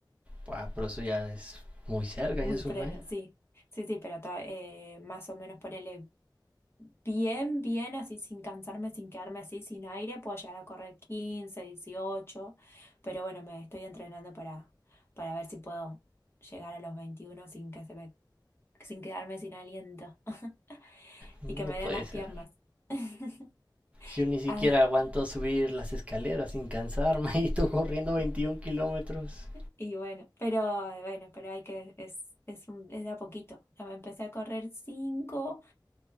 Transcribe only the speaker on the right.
Buah, pero eso ya es muy cerca,
ya es
un mes.
No
puede
ser.
Yo ni siquiera
aguanto subir las escaleras sin cansarme <laughs> y tú corriendo 21 kilómetros.